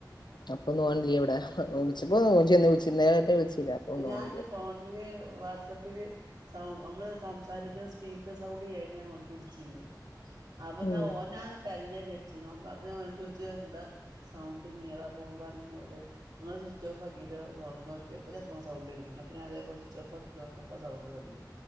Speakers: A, on the left; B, on the right.
A: <unintelligible>
B: ഞാൻ
A: ഓൻ
B: ഇന്റെ
A: ഇല്ല
B: ഫോണില് വാട്സ് സപ്പില് സൗ നമ്മൾ സംസാരിക്ണ സ്പീക്കർ സൗണ്ട് ചെയ്യായിട്ട് ഞാൻ ഓന്ക്ക് വിളിച്ചീന്ന്. അപ്പൊന്നാ
A: ഉം
B: ഓനാ പെരീല് ച്ച്ണോൻ അപ്പം ഞാനോനോട് ചോയ്ച് എന്താ സൗ ത് നീറാ പോ പർഞ്ഞ്ന്നോട് നിങ്ങൾ സ്വിച്ച് ഓഫ് ആക്കിട്ട് തൊർന്നോക്കിയൊ. ഇപ്പ ചിലപ്പോ ആ സൗണ്ട് വര്ണ്ട്. അപ്പം ഞാൻ ഇതേപോലെ സ്വിച്ച് ഓഫ് ആക്കി തൊർന്നപ്പോ സൗണ്ട് വന്ന്.